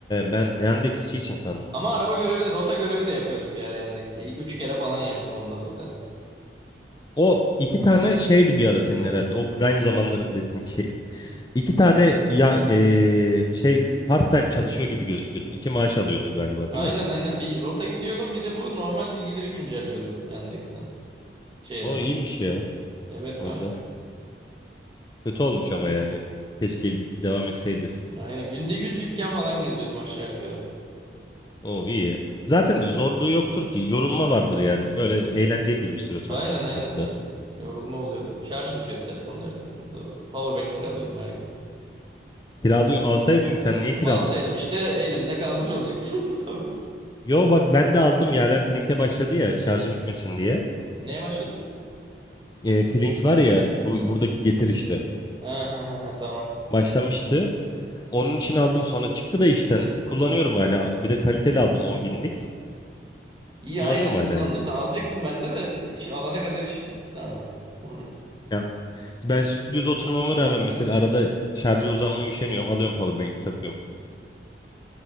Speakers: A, on the left; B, on the right.
A: ben Yandex işi için sandım.
B: Ama araba görevi de rota görevi de yapıyordum bir ara Yandex'te. Üç kere falan yaptım onda total.
A: O iki tane şeydi bir ara senin herhalde. O prime zamanlarım dediğin şey. <laughs> İki tane ya e, şey part time çalışıyor gibi gözüküyordun. İki maaş alıyordun galiba
B: Aynen
A: değil mi?
B: aynen bir rota gidiyordum bir de bu normal bilgileri güncelliyordum Yandex'ten şeyden.
A: O iyiymiş ya.
B: Evet kanka.
A: Valla. Kötü olmuş ama yani. Keşke bir- devam etseydi.
B: Aynen günde 100 dükkan falan geziyordum aşağı yukarı.
A: O iyi. ya. Zaten zorluğu yoktur ki. Yorulma vardır yani. Öyle eğlencelidir bir süre sonra
B: Aynen aynen
A: hatta.
B: aynen. Yorulma oluyordu. Şarj bitiyordu telefonun öyle sıkıntılar oluyordu. Powerbank kiralıyordum her gün.
A: Kiralıyor. Alsaydın bir tane niye
B: Ama
A: kiraladın?
B: alsaydım işte elimde kalmış olacaktı. <laughs> Powerbank.
A: Yo bak ben de aldım. Yaren Flink'e başladı ya şarjı bitmesin diye.
B: Neye başladın?
A: E, Flink var ya bu, buradaki Getir işte.
B: Ha, ha, ha, ha, tamam.
A: Başlamıştı. Onun için aldım sonra çıktı da işten. Kullanıyorum hala. Bir de kaliteli aldım 10 binlik.
B: İyi
A: Kullanıyorum
B: aynen
A: hala
B: kullanılır
A: ya.
B: da alacaktım ben de de iş alana kadar iş bitti abi. Sonra,
A: Ya Ben stüdyoda oturmama rağmen mesela arada şarja uzanmaya üşeniyorum. Alıyorum powerbank'i takıyorum.